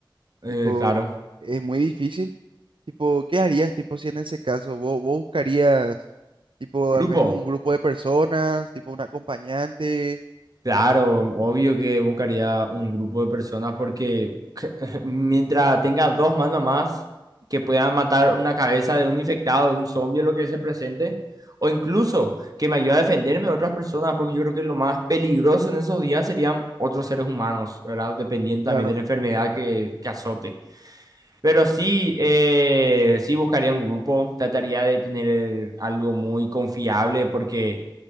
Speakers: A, on the right (about 45°); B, on the right (about 75°).
A: eh,
B: tipo,
A: claro.
B: es muy difícil. Tipo, ¿qué harías, tipo, si en ese caso vos, vos buscarías, tipo,
A: Grupo.
B: al menos un grupo de personas, tipo, un acompañante?
A: Claro, obvio que buscaría un grupo de personas porque <laughs> mientras tenga dos manos más que puedan matar una cabeza de un infectado, de un zombie, lo que se presente, o incluso que me ayude a defenderme de otras personas, porque yo creo que lo más peligroso en esos días serían otros seres humanos, ¿verdad? Dependiendo
B: Claro,
A: también de la enfermedad que, que azote. Pero sí, eh, sí buscaría un grupo, trataría de tener algo muy confiable porque